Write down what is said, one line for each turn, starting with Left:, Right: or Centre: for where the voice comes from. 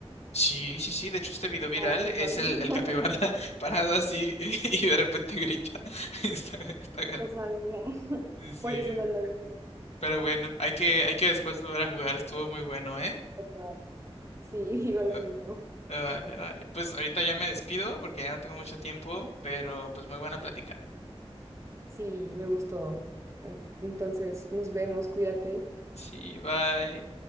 Left: Sí, sí, sí. De hecho, este video viral
Right: Ah, no
Left: es
Right: sabía,
Left: el,
Right: <laughs>
Left: el capibara <laughs> parado así <laughs> y de repente grita. <laughs> Está, está gar-
Right: no sabía. <laughs>
Left: Sí, sí,
Right: Por eso no lo dije.
Left: pero bueno, hay que, hay que después volver a jugar. Estuvo muy bueno, ¿eh?
Right: Total. Sí, <laughs> digo lo
Left: Eh,
Right: mismo.
Left: Vale, vale. Pues ahorita ya me despido porque ya no tengo mucho tiempo, pero pues muy buena plática.
Right: Sí, me gustó. En- Entonces, nos vemos, cuídate.
Left: Sí, bye.